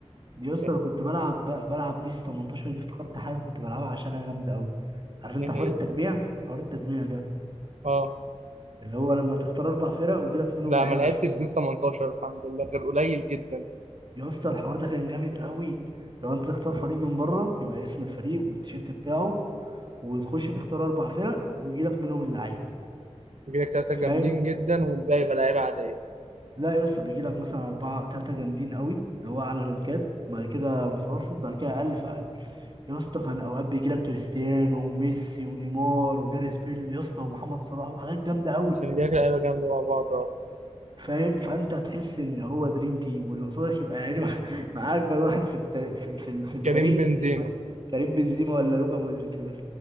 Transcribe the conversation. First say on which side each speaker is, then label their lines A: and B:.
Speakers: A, on the right; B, on the right.
A: دي يا اسطى
B: فاهم؟
A: انا كنت بلعب ب- بلعب بيس 18 دي افتكرت حاجه كنت بلعبها عشان انا جامده قوي عارف انت
B: دي
A: حوار
B: هي.
A: التجميع حوار التجميع ده
B: اه
A: اللي هو لما تختار اربع فرق ويجي لك منهم
B: لا
A: لعيبه
B: ما لعبتش
A: عشوائيه
B: بيس 18 الحمد لله غير قليل جدا
A: يا اسطى الحوار ده كان جامد قوي لو انت تختار فريق من بره يبقى اسم الفريق والتيشيرت بتاعه وتخش تختار اربع فرق ويجي لك منهم اللعيبه
B: بيجيلك تلاتة
A: فاهم
B: جامدين جدا والباقي يبقى لعيبة عادية
A: لا يا اسطى بيجي لك مثلا اربعه ثلاثه جامدين قوي اللي هو اعلى رانكات بعد كده متوسط بعد كده اقل في اقل يا اسطى كان اوقات بيجي لك كريستيانو وميسي ونيمار وجاريث بيل يا اسطى ومحمد صلاح وحاجات جامده قوي
B: عشان يجيلك لعيبة جامدة مع بعض اه
A: فاهم فانت تحس ان هو دريم تيم واللي قصادك يبقى يعني مع <laughs> مع اجمد واحد في التل... في ال- في ال- في الفريق
B: كريم بنزيما
A: <laughs> يعني هو كريم بنزيما ولا لوكا مودريتش بس